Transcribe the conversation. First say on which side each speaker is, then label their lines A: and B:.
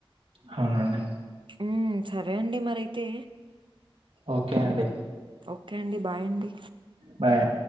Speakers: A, on the right (about 75°); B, on the right (about 60°).
A: అవునండి
B: ఉ సరే అండి మరైయితే
A: ఓకే అండి
B: ఓకే అండి బాయ్ అండి
A: బాయ్